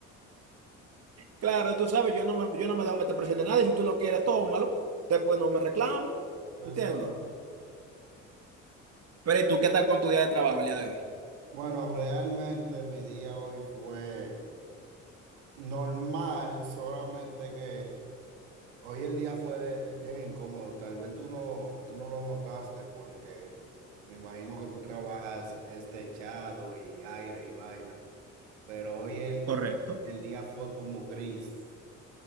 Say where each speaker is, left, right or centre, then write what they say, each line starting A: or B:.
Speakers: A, on the right (about 40°); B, on the right (about 70°).
A: Claro, tú sabes, yo no me, yo no me dejo meter presión de nadie. Si tú lo quieres, tómalo. Después no me reclames.
B: Exacto.
A: ¿Entiendes? Pero ¿y tú qué tal con tu día de trabajo el día de hoy?
B: Bueno, realmente mi día hoy fue. Normal, solamente que hoy el día fue bien incómodo. Tal vez tú no, tú no lo notaste porque me imagino que tú trabajas este techado y aire y vaina, pero hoy el,
A: Correcto.
B: el día fue como gris,